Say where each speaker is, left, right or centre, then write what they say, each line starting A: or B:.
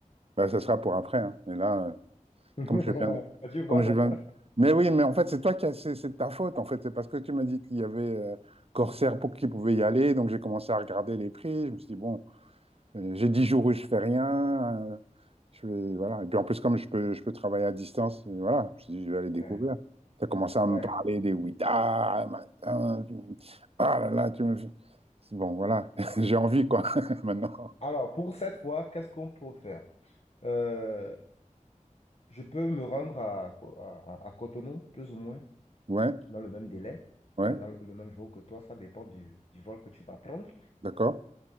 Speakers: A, on the right; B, on the left.
A: Bah, ça sera pour après. hein. Et là, euh,
B: <laughs>
A: comme je viens,
B: Tu vois,
A: comme je
B: non?
A: viens. Mais oui, mais en fait, c'est toi qui as, c'est c'est de ta faute. En fait, c'est parce que tu m'as dit qu'il y avait euh, Corsair pour qui pouvait y aller. Donc j'ai commencé à regarder les prix. Je me suis dit bon, euh, j'ai 10 jours où je fais rien. euh, je vais, voilà. Et puis en plus, comme je peux, je peux travailler à distance, euh, voilà. Je me suis dit je vais aller découvrir.
B: Ouais.
A: Tu as commencé à
B: Ouais.
A: me parler des Ouïda, machin, tu me- ah là là, tu me. Bon, voilà. <laughs> J'ai envie quoi <laughs> maintenant.
B: Alors, pour cette fois, qu'est-ce qu'on peut faire? Euh, je peux me rendre à, Co- à, à- Cotonou, plus ou moins,
A: Ouais,
B: dans le même délai,
A: ouais.
B: euh, dans le, le même jour que toi. Ça dépend du, du vol que tu vas prendre.
A: D'accord?